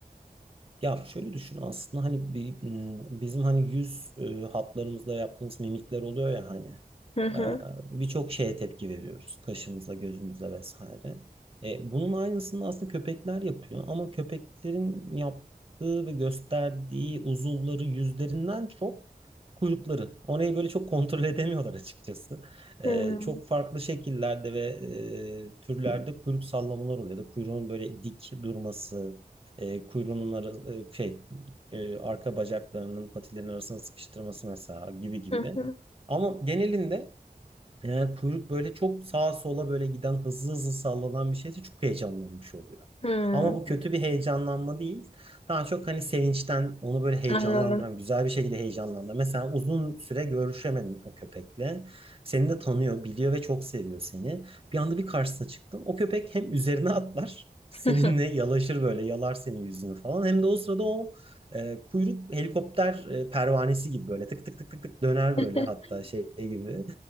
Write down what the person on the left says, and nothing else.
Hı hı.
Hmm.
Hı hı.
Hmm.
Anladım.
Hı hı.
<laughs>